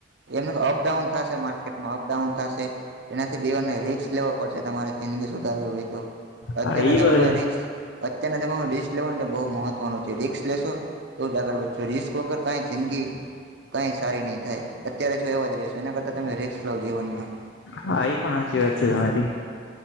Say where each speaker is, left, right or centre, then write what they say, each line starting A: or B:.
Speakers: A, on the right (about 65°); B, on the left (about 80°).
A: <unintelligible> એમને તો અપડાઉન થશે મારે. માકેટમાં અપડાઉન થશે એનાથી બિવારને રી્સ લેવો પડશે તમારે જિંદગી સુધારવી હોય તો
B: હા
A: અત્યારના
B: એ
A: જયમાં <unintelligible> રિક્સ અત્યના તમામે <unintelligible> રિસ્ક લેવાનુંને બહુ મહત્ત્વનું છે રિસ્ક લેશો બહુ જ આગળ વધશો રિસ્ક વગર કાંઈ જિંદગી કઈ સારી નહી થાય અત્યારે છ <unintelligible> એવા જ રસો એના કરતા તમે રીસ લાવ <unintelligible> જીવનમાં.
B: હા એ પણ સાચી વાત છે તમારી